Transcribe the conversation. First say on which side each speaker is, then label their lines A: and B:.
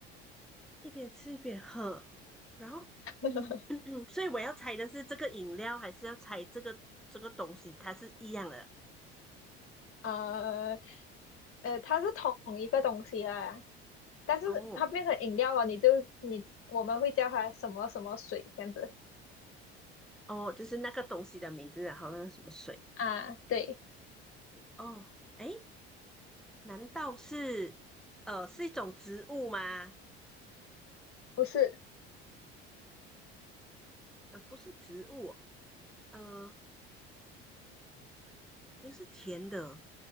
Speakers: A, in the centre; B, on the left (about 45°).
A: 一边吃一边喝，然后，
B: <laughs>
A: 嗯嗯，所以我要猜的是这个饮料，还是要猜这个这个东西，它是一样的
B: 呃呃，它是同一个东西啦，但是它变成饮料了，
A: 哦
B: 你就你我们会叫它什么什么水这样子
A: 哦，就是那个东西的名字啊，然后那个什么水
B: 啊？对，
A: 哦，诶，难道是呃是一种植物吗？
B: 不是，
A: 呃，不是植物哦，呃，又是甜的，